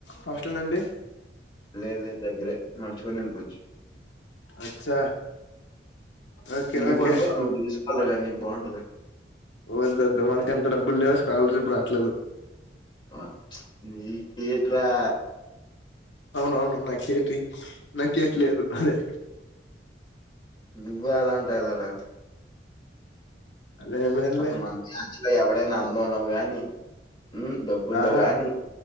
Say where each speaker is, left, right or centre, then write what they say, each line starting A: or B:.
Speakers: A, on the left; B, on the left.
A: హాస్టల్ నుండి
B: లే లే దగ్గరే నడుచుకుంట ఎల్లిపోవచ్చు.
A: అచ్చా ఓకే
B: నువ్వు
A: ఓకే
B: కొనుక్కవాల, నువ్వు తీసుకవాల కా నీకు బాగుంటది.
A: వొద్దొద్దు మనకంత డబ్బులేవు, స్కాలర్షిప్ రావట్లేదు
B: ఆ నీకెట్రా
A: అవునవును నాకేటి, నాకేట్లేదు అదే
B: నువ్వె అలా అంటే ఎలా రా?
A: అదేమేలే
B: అసలు మన బ్యాచ్లో ఎవడైన అన్ అందంలో గాని, ఉమ్ డబ్బుల్లో
A: ఆహా
B: గాని